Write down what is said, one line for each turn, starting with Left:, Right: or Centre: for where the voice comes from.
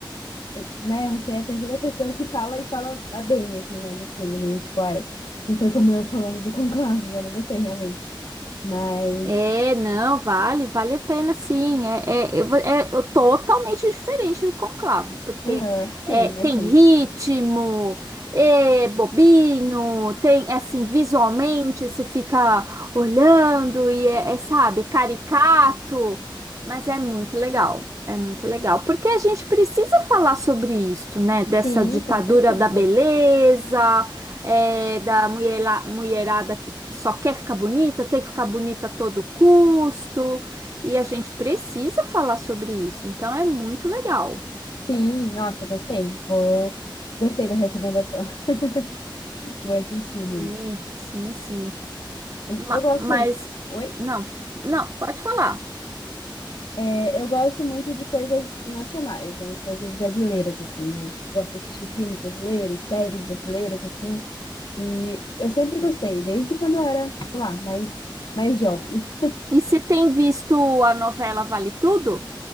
Left: eh, né, você é a terceira pessoa que fala e fala a bem, assim, né, do filme. Não, tipo, ai, não foi como eu falando do Conclave, eu não gostei realmente. Mas,
Right: É, não, vale, vale a pena sim. É, é, eu vou- é totalmente diferente do Conclave, porque
Left: aham, sim,
Right: é,
Left: imagino.
Right: tem ritmo, é bobinho, tem é assim, visualmente você fica olhando e é, é, sabe, caricato, mas é muito legal. É muito legal, porque a gente precisa falar sobre isso, né? Dessa
Left: Sim,
Right: ditadura
Left: com certeza.
Right: da beleza, é, da mulherla- mulherada que só quer ficar bonita, tem que ficar bonita a todo custo, e a gente precisa falar sobre isso, então é muito legal.
Left: Sim, nossa, gostei. Vou... Gostei da recomendação. <laughs> Vou assistir mesmo.
Right: Sim, sim, sim. Ma-
Left: Eu gosto.
Right: mas,
Left: Oi?
Right: não, não, pode falar.
Left: É, eu gosto muito de coisas nacionais, né? Coisas brasileiras, assim. Eu gosto de assistir filmes brasileiros, séries brasileiras, assim. E eu sempre gostei, desde quando eu era, sei lá, mais, mais jovem.
Right: E você tem visto a novela Vale Tudo?